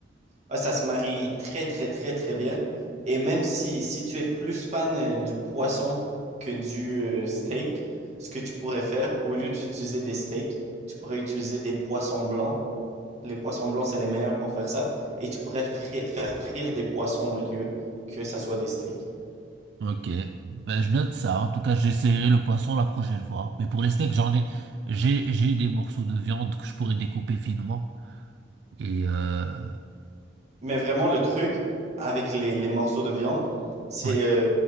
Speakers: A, on the right; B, on the right.
A: ah, ça se marie très, très, très, très bien. Et même si, si tu es plus fan euh, du poisson que du euh, steak, ce que tu pourrais faire, au lieu d'utiliser des steaks, tu pourrais utiliser des poissons blancs Les poissons blancs, c'est les meilleurs pour faire ça. Et tu pourrais fri- faire frire des poissons au lieu que ça soit des steaks.
B: Ok, ben, je note ça. En tout cas, j'essaierai le poisson la prochaine fois. Mais pour les steaks, j'en ai, j'ai, j'ai des morceaux de viande que je pourrais découper finement. Et euh,
A: Mais vraiment, le truc avec les, les morceaux de viande, c'est,
B: ouais.
A: euh,